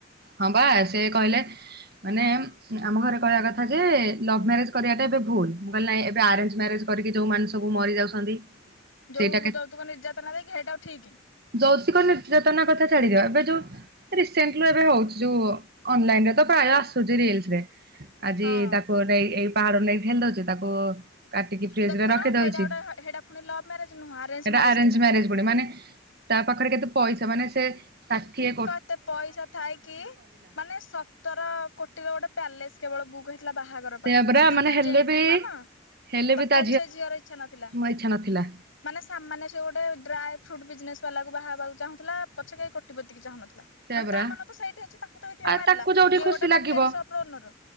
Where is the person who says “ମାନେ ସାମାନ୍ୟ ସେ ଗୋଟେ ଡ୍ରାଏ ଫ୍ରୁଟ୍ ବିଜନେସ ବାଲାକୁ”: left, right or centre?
Left